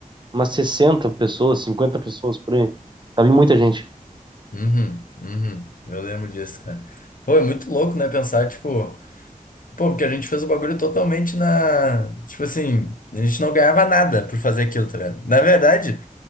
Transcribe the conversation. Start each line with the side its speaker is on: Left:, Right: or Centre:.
Right: umas 60 pessoas, 50 pessoas por aí. Tava em muita gente.
Left: Uhum, uhum. Eu lembro disso, cara. Pô, é muito louco, né? Pensar, tipo, pô, porque a gente fez o bagulho totalmente na. Tipo assim, a gente não ganhava nada por fazer aquilo, tá ligado? Na verdade,